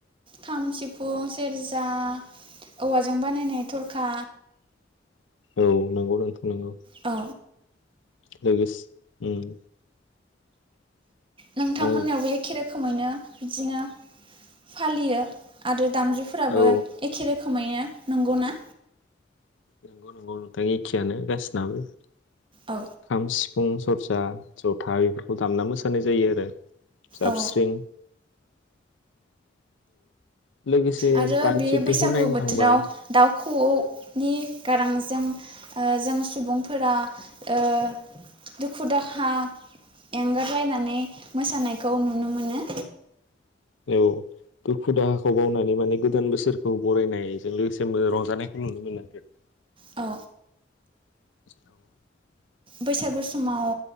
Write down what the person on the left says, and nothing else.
औ नंगौ नोंथां नोंगौ।
लोगोसे उम
आरो
औ
नंगौ नंगौ नोंथां एखेयानो गासिनाबो
खाम सि फुं सरजा जथा इफोरखौ दामना मोसानाय जायो आरो जाबस्रिं
<unintelligible>
दानि
जुगनिखौ
नायनो
थांबा
औ दुखु दाहाखौ बावनानै माने गोदान बोसोरखौ बरायनायजों लोगोसे रंजानायखौ नुनो मोनो आरो।
औ